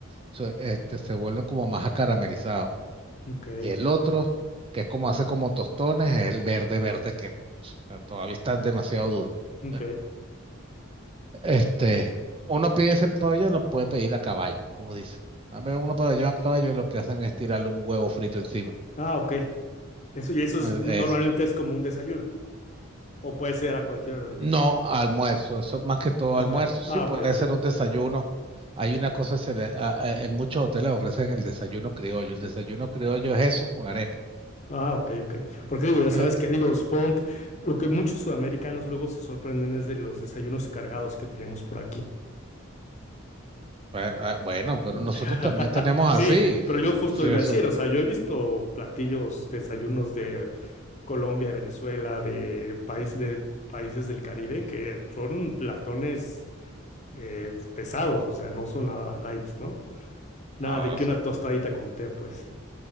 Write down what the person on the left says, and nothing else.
Ok,
ok.
Ah, ok. Eso, y eso
es, normalmente
es como un desayuno. O puede ser a cualquier hora del
día.
Ok.
Ah,
ok, ok.
Ah, ok, ok. Porque digo, ya sabes
que, digo, supongo que lo que muchos sudamericanos luego se sorprenden es de los desayunos cargados que tenemos por aquí.
<laughs>
Sí,
pero yo justo
iba
a decir, o sea, yo he visto platillos, desayunos de Colombia, de Venezuela, de países de países del Caribe que son platones eh, pesados, o sea, no son nada light, ¿no? Nada
de que
una tostadita con té, pues.